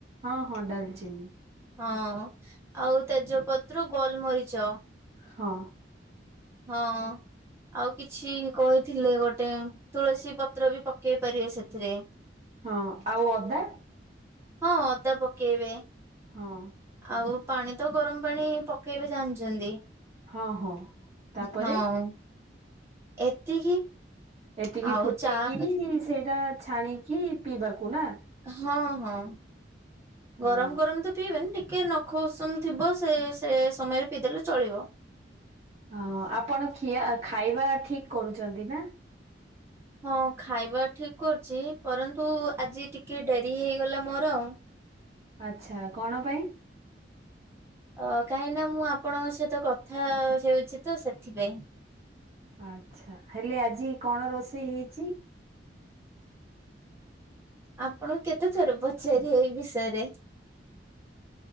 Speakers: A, on the right; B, on the right.
A: ହଁ ହଁ ଡାଲଚିନି।
B: ହଁ ଆଉ ତେଜପତ୍ର ଗୋଲମରିଚ।
A: ହଁ।
B: ହଁ। ଆଉ କିଛି କହିଥିଲେ ଗୋଟେ ତୁଳସୀ ପତ୍ର ବି ପକେଇ ପାରିବେ ସେଥିରେ।
A: ହଁ ଆଉ ଅଦା।
B: ହଁ ଅଦା ପକେଇବେ।
A: ହଁ।
B: ଆଉ ପାଣି ତ ଗରମ ପାଣି ପକେଇ ବେ ଜାଣିଛନ୍ତି।
A: ହଁ ହଁ। ତାପରେ
B: ହଁ ଏତିକି।
A: ଏତିକି
B: ଆଉ
A: ଫୁଟେଇକିରି
B: ଚା
A: ସେଇଟା ଛାଣୀ କି ପିଇବାକୁ ନାଁ।
B: ହଁ ହଁ
A: ହଁ
B: ଗରମ ଗରମ ତ ପିଇବେନି ଟି - କି ନଖ ଉଷୁମ ଥିବ ସେ ସେ ସେ ସମୟରେ ପିଇଦେଲେ ଚଳିବ।
A: ହଁ ଆପଣ ଖିଆ ଖାଇବା ଠିକ୍ କରୁଛନ୍ତି ନାଁ?
B: ହଁ ଖାଇବା ଠିକ କରୁଛି ପରନ୍ତୁ ଆଜି ଟିକେ ଡେରି ହେଇଗଲା ମୋର ଆଉ।
A: ଆଛା କଣ ପାଇଁ?
B: ଅ କାହିଁକି ନା ମୁଁ ଆପଣଙ୍କ ସହିତ କଥା ହୋଉଚି ତ ସେଥିପାଇଁ।
A: ଆଚ୍ଛା ହେଲେ ଆଜି କଣ ରୋଷେଇ ହେଇଚି?
B: ଆପଣ କେତେ ଥର ପଚାରିବେ ଏଇ ବିଷୟରେ?